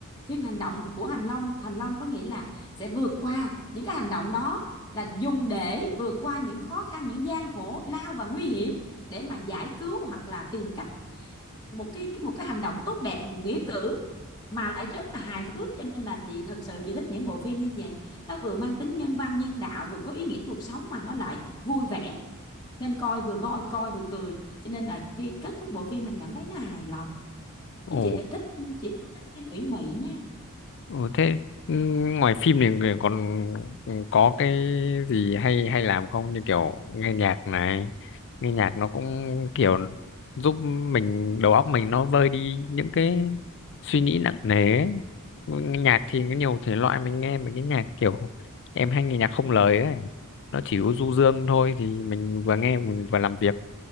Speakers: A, on the left (about 15°); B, on the left (about 55°).
A: phim hành động của Thành Long Thành Long có nghĩa là sẽ vượt qua những cái hành động đó là dùng để vượt qua những khó khăn những gian khổ lao và nguy hiểm để mà giải cứu hoặc là tìm cách một cái cái một cái hành động tốt đẹp một nghĩa cử mà lại rất là hài hước cho nên là chị thật sự chị thích những bộ phim như vậy nó vừa mang tính nhân văn nhân đạo vừa có ý nghĩa cuộc sống mà nó lại vui vẻ nên coi vừa voi coi vừa cười cho nên là khi kết thúc bộ phim mình cảm thấy nó hài lòng
B: ồ
A: chứ chị thích chị không thích phim ủy mị nha
B: Ừ, thế ừ, ngoài phim thì người còn có cái gì hay hay làm không như kiểu nghe nhạc này nghe nhạc nó cũng kiểu giúp mình đầu óc mình nó vơi đi những cái suy nghĩ nặng nề ấy. Nghe nhạc thì có nhiều thể loại mình nghe mấy cái nhạc kiểu em hay nghe nhạc không lời ấy nó chỉ có du dương thôi thì mình vừa nghe mình vừa làm việc